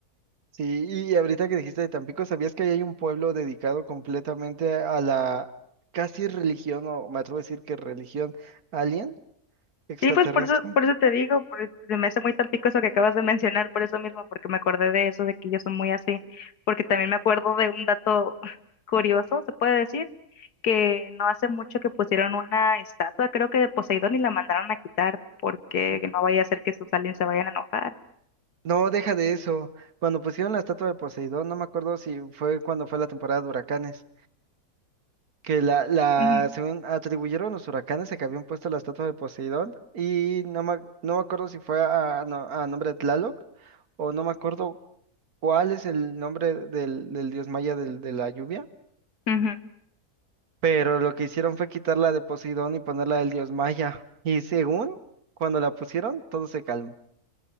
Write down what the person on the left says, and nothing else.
Sí, pues por eso, por eso te digo, por- e, se me hace muy tan pico eso que acabas de mencionar, por eso mismo, porque me acordé de eso, de que ellos son muy así, porque también me acuerdo de un dato <laughs> curioso, se puede decir, que no hace mucho que pusieron una estatua, creo que de Poseidón, y la mandaron a quitar, porque
no vaya a ser que sus aliens se vayan a enojar.
Ujú,
ujú.